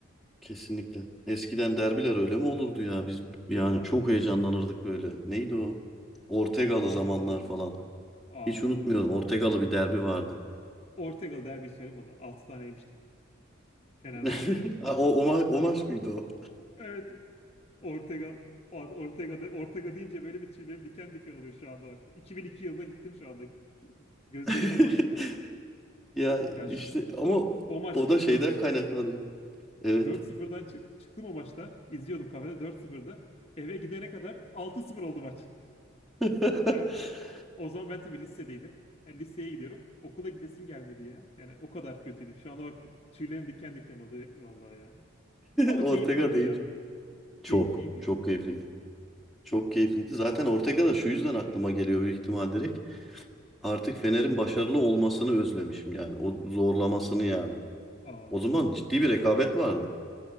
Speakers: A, in the centre; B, on the left.
A: Kesinlikle. Eskiden derbiler öyle mi olurdu ya? Biz
B: Ya
A: yani çok heyecanlanırdık böyle. Neydi o? Ortegalı
B: vallahi
A: zamanlar
B: ya.
A: falan.
B: Aa,
A: Hiç unutmuyorum.
B: o zaman.
A: Ortegalı bir derbi vardı.
B: Ortegal derbi söyle bana. 6 tane yemiştik Fenerbahçe'den.
A: <laughs> Ha, o, o, ma- o maç mıydı o?
B: Evet Ortega Or- Ortega de, Ortega deyince böyle bir tüylerim diken diken oluyor şu anda bak. 2002 yılına gittim şu anda. Gözlerim
A: <laughs>
B: o maçta.
A: Ya
B: Ya
A: işte
B: ş-
A: ama
B: o maç
A: o da şeyden
B: dört
A: kaynaklanıyor. Evet.
B: dört sıfırdan çık- çıktım o maçta. İzliyordum kafede dört 0dı Eve gidene kadar altı sıfır oldu maç.
A: <laughs>
B: Evet, o zaman ben tabii lisedeydim. Yani liseye gidiyorum. Okula gidesim gelmedi ya. Yani o kadar kötüydüm. Şu anda bak tüylerim diken diken oluyor vallahi ya. Ama
A: Ortega
B: keyifliydi
A: değil.
B: ya. Keyifliydi
A: Çok.
B: ya.
A: Çok keyifliydi. Çok
B: Keyifliydi.
A: keyifliydi. Zaten Ortega da şu yüzden aklıma geliyor büyük ihtimal direkt. Artık Fener'in başarılı olmasını özlemişim yani. O zorlamasını yani.
B: Aa
A: O zaman
B: evet.
A: ciddi bir rekabet vardı.